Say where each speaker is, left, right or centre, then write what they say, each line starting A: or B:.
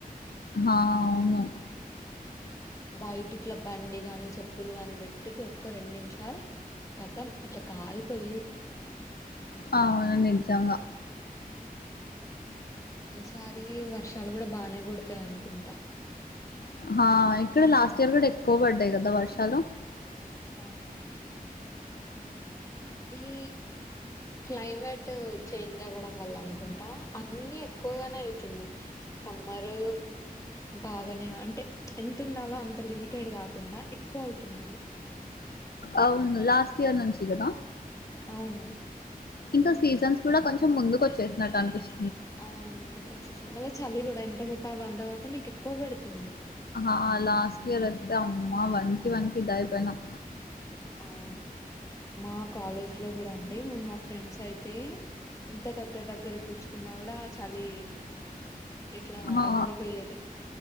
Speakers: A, on the left (about 85°); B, on the left (about 20°).
A: ఆ అవును
B: బయటి ఇట్లా బండి గాని చెప్పులు గాని పెట్టితే ఒక్క రెండు నిమిషాల్ కతం ఇట్లా కాలిపోయేయి
A: అవున నిజంగా
B: ఈసారి వర్షాలు కూడా బానే కొడతాయి అనుకుంటా.
A: హా ఇక్కడ లాస్ట్ ఇయర్ కూడా ఎక్కువ పడ్డాయి కదా వర్షాలు
B: అవును ఈ క్లైమేట్ చేంజ్ అవ్వడం వల్ల అనుకుంటా అన్ని ఎక్కువగానే అయితుంది మరీ బాగానే అంటే ఎంత ఉండాలో అంత లిమిటెడ్ కాకుండా ఎక్కువ అవుతున్నది
A: అవును లాస్ట్ ఇయర్ నుంచి కదా
B: అవును
A: ఇంకా సీజన్స్ కూడా కొంచెం ముందుకు వచ్చేసినట్టు అనిపిస్
B: అవును ముందుకు వచ్చేసిన మళ్ళీ చలి కూడా ఎంత పెట్టాలో అంతకాకుండా ఇంకా ఎక్కువ పెడుతుంది.
A: ఆ లాస్ట్ ఇయర్ అయితే అమ్మా వనికి వనికి ఇదయిపోయినాం
B: అవును మా కాలేజ్ లో కూడ అండి మేము మా ఫ్రెండ్స్ అయితే ఇంత దగ్గర దగ్గర కుచ్చుకున్నా కూడా చలీ ఇట్లా
A: హా
B: ఆగకపోయేది.